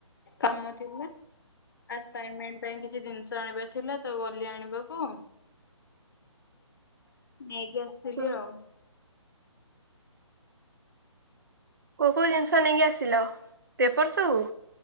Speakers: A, on the left; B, on the right.
A: କାମ ଥିଲା ଆସାଇନମେଣ୍ଟ ପାଇଁ କିଛି ଜିନିଷ ଆଣିବାର ଥିଲା ତ ଗଲି ଆଣିବାକୁ ଆଉ ନେଇକି ଆସିଥିଲି
B: ହୁଁ
A: ଆଉ।
B: କୋଉ କୋଉ ଜିନିଷ ନେଇକି ଆସିଲ ପେପର୍ ସବୁ